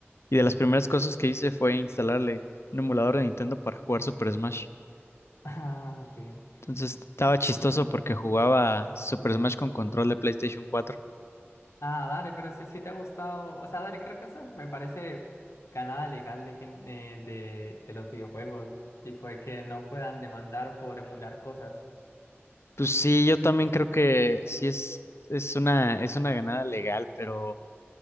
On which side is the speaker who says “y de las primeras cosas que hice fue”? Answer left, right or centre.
Left